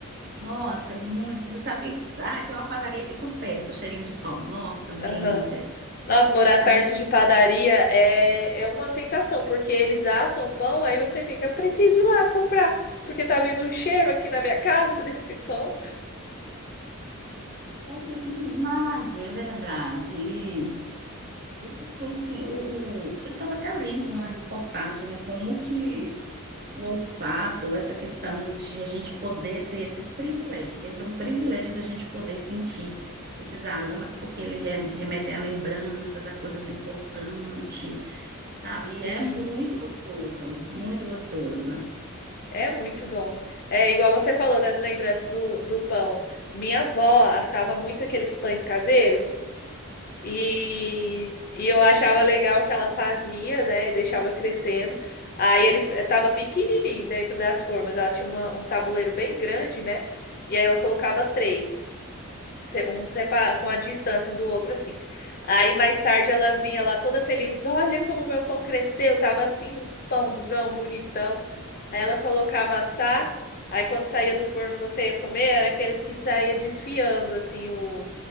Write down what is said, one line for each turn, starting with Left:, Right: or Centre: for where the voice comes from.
Right: nossa, é muito. Você sabe, Ah, tem uma padaria aqui por perto, cheirinho de pão. Nossa, delícia.
Left: Aham. Nossa, morar
Right: Aí você
Left: perto
Right: lembra.
Left: de padaria é, é uma tentação, porque eles assam pão, aí você fica, preciso ir lá comprar, porque tá vindo um cheiro aqui na minha casa <laughs> desse pão.
Right: É verdade, é verdade. E essas coisas assim, o, o- eu estava até lendo uma reportagem, né? Como que o olfato, essa questão de a gente poder ter esse privilégio, que esse é um privilégio da gente poder sentir esses aromas, porque eles re- remetem a lembranças, a coisas importantes, sabe? E
Left: Sim.
Right: é muito gostoso, muito gostoso.
Left: É muito bom. É igual você falou das lembranças do, do pão. Minha avó assava muito aqueles pães caseiros e, e eu achava legal o que ela fazia, né? E deixava crescendo. Aí ele estava pequenininho dentro das formas. Ela tinha uma- um tabuleiro bem grande, né? E aí ela colocava três, se- um sepa- com a distância um do outro assim. Aí mais tarde ela vinha lá toda feliz. Olha como meu pão cresceu. Tava assim uns pãozão bonitão. Aí ela colocava assar, aí quando saía do forno você ia comer, era aqueles que saía desfiando assim o,